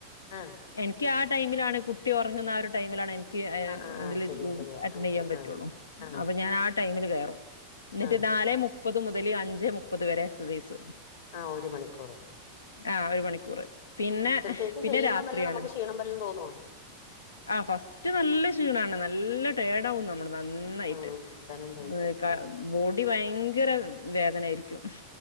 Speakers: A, on the left (about 55°); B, on the left (about 75°).
A: ആഹ്
B: എനിക്ക് ആ ടൈമിലാണ് കുട്ടി ഒറങ്ങ്ന്ന ആ ഒരു ടൈമിലാണ് എനി ക്ക് അ
A: ആ ആ ആ
B: ഇതില്
A: ശരിയാ
B: ഗു
A: ശരിയാ
B: അറ്റന്റ്
A: ആ
B: ചെയ്യാൻ
A: ആ
B: പറ്റുള്ളൂ
A: ആ ആ
B: അപ്പൊ ഞാൻ ആ ടൈമില് കേറും എന്നിട്ട്
A: ആ
B: നാലെ മുപ്പത് മുതൽ അഞ്ചേ മുപ്പത് വരെ എക്സസൈസ്.
A: ആ ഒരു മണിക്കൂറ്.
B: ആ ഒരു മണിക്കൂറ് പിന്നെ
A: എക്സർസൈസ്
B: പിന്നെ
A: ചെയ്യുമ്പം
B: രാത്രിയാണ്.
A: വല്ല നമുക്ക് ക്ഷീണം വല്ലം തോന്നോ
B: ആ ഫസ്റ്റ് നല്ല ക്ഷീണാണ് നല്ല ടയേടാവു നമ്മള് നന്നായിട്ട്
A: ആ ആ അതാ ഞാൻ ചോദിച്ചേ
B: ഏഹ് ക്കാ
A: ഉം
B: ബോൺ ടി ഭയങ്കര വേദനായിരിക്കും